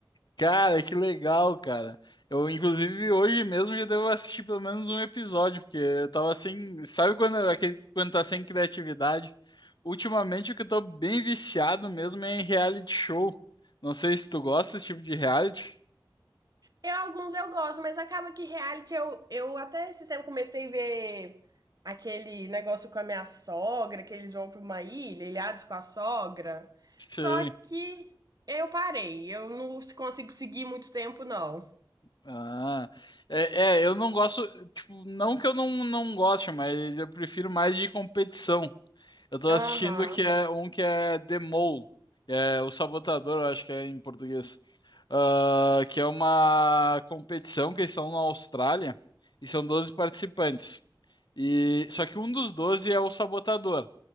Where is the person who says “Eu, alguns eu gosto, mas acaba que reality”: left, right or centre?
Right